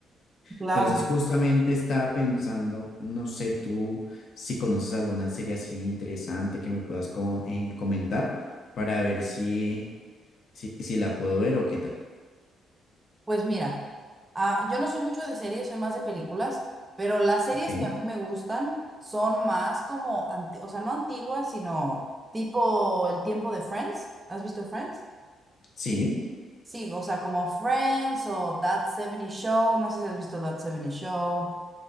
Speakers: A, on the right; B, on the left.
A: claro.
B: Entonces justamente estaba pensando, no sé tú si conoces alguna serie así interesante que me puedas co- eh, comentar para ver si, si, si la puedo ver o qué tal.
A: Pues mira, ah, yo no soy mucho de series, soy más de películas, pero las series
B: Ok,
A: que a mí me gustan son más como, anti- o sea, no antiguas, sino tipo el tiempo de Friends. ¿Has visto Friends?
B: sí,
A: Sí, o sea, como Friends o That 70 Show, no sé si has visto That 70 Show.